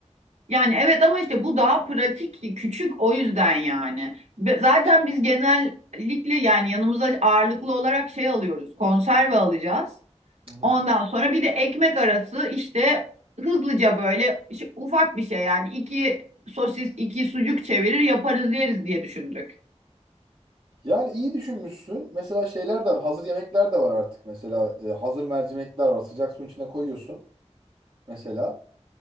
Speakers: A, on the right; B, on the right.
A: Yani evet ama işte bu daha pratik, küçük o yüzden yani. Ve Zaten biz genellikle yani yanımıza ağırlıklı olarak şey alıyoruz, konserve alacağız.
B: Hı hı.
A: Ondan sonra bir de ekmek arası işte hızlıca böyle işte ufak bir şey yani iki sosis, iki sucuk çevirir yaparız yeriz diye düşündük.
B: Yani iyi düşünmüşsün. Mesela şeyler de var. Hazır yemekler de var artık. Mesela e, hazır mercimekler var. Sıcak suyun içine koyuyorsun. Mesela